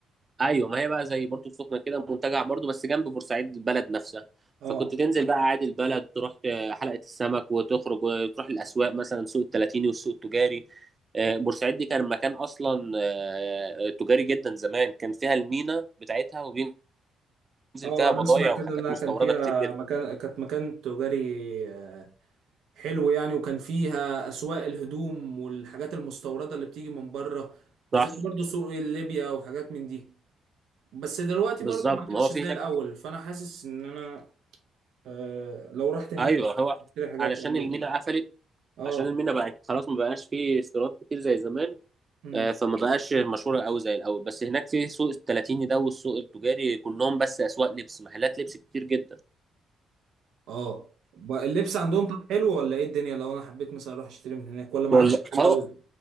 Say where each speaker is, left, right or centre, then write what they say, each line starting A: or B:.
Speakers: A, on the right; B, on the right.
A: ايوه ما هي بقى زي بورتو السخنه كده منتجع برضو بس جنب بورسعيد البلد نفسها
B: اه
A: فكنت تنزل بقى عادي البلد تروح ت- حلقه السمك وتخرج وتروح الاسواق مثلا سوق التلاتيني والسوق التجاري آه، بورسعيد دي كان مكان اصلا آه، تجاري جدا زمان كان فيها المينا بتاعتها وبينزل
B: اه
A: فيها
B: انا
A: بضايع
B: اسمع
A: وحاجات
B: كده انها
A: مستورده
B: كان فيها
A: كتير جدا
B: مكان كانت مكان تجاري آه، حلو يعني وكان فيها اسواق الهدوم والحاجات المستورده اللي بتيجي من بره زي
A: صح
B: برضو سوق ليبيا وحاجات من دي بس دلوقتي
A: بالظبط
B: برضو ما عادش
A: ما هو في
B: زي
A: هناك
B: الاول فانا حاسس ان انا آه لو رحت هناك
A: ايوه هو
B: اشتري حاجات
A: علشان
B: يعني
A: المينا قفلت
B: اه
A: عشان المينا بقت خلاص ما بقاش فيه استيراد كتير زي زمان
B: امم
A: آه، فما بقاش مشهوره قوي زي الاول بس هناك في سوق التلاتيني ده والسوق التجاري كلهم بس اسواق لبس محلات لبس كتير جدا
B: اه ب- اللبس عندهم طب حلو ولا ايه الدنيا لو انا حبيت مثلا اروح اشتري من هناك ولا ما
A: والله
B: عادش زي الاول
A: هو